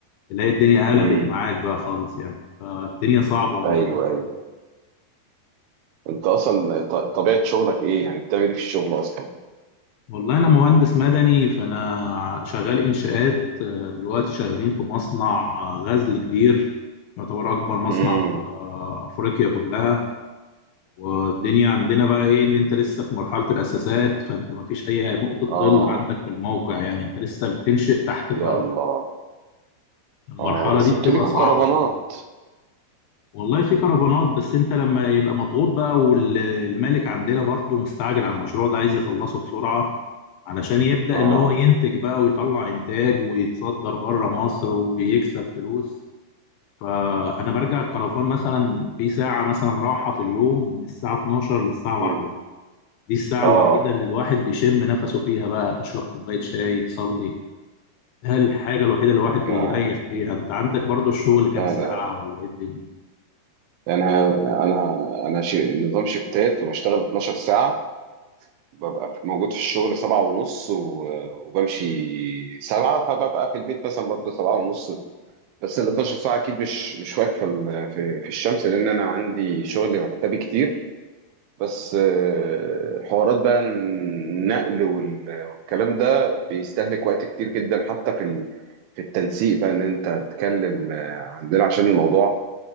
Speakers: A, on the left (about 80°); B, on the right (about 80°).
A: تلاقي الدنيا
B: امم
A: قلبت معاك بقى خالص يعني فالدنيا صعبة والله
B: ايوه
A: في الحر
B: ايوه
A: ده.
B: انت اصلا ط- طبيعه شغلك ايه يعني بتعمل ايه في الشغل اصلا
A: والله انا مهندس مدني فانا شغال انشاءات آه، دلوقتي شغالين في مصنع آه، غزل كبير يعتبر اكبر مصنع
B: امم
A: في آه، افريقيا كلها والدنيا عندنا بقى ايه ان انت لسه في مرحله الاساسات فانت ما فيش اي نقطه ظل
B: اه
A: عندك في الموقع يعني انت لسه بتنشئ تحت الارض
B: يا الله
A: المرحله
B: اه بس
A: دي بتبقى
B: انتوا ليكوا
A: صعبه
B: كرفانات
A: شويه والله في كرفانات بس انت لما يبقى مضغوط بقى والمالك عندنا برضه مستعجل على المشروع ده عايز يخلصه بسرعه علشان يبدا
B: اه
A: ان هو ينتج بقى ويطلع انتاج ويتصدر بره مصر ويكسب فلوس فانا برجع الكرفان مثلا في ساعه مثلا راحه في اليوم من الساعه 12 للساعه 1
B: مم.
A: دي الساعة
B: اه
A: الوحيدة اللي الواحد بيشم نفسه فيها بقى تشرب كوباية شاي تصلي هل الحاجة الوحيدة اللي الواحد بيريح
B: يا
A: فيها انت عندك برضو الشغل كام
B: لا
A: ساعة
B: لا
A: ولا ايه الدنيا
B: انا انا انا شي... نظام شفتات وبشتغل 12 ساعه ببقى في- موجود في الشغل سبعة ونص و... وبمشي سبعة فببقى في البيت مثلا برضه سبعة ونص بس ال 12 ساعة أكيد مش مش واقف في ال- في في الشمس لأن أنا عندي شغل مكتبي كتير بس آه، حوارات بقى النقل وال- والكلام ده بيستهلك وقت كتير جدا حتى في ال- في التنسيق بقى ان انت تتكلم آه، عندنا عشان الموضوع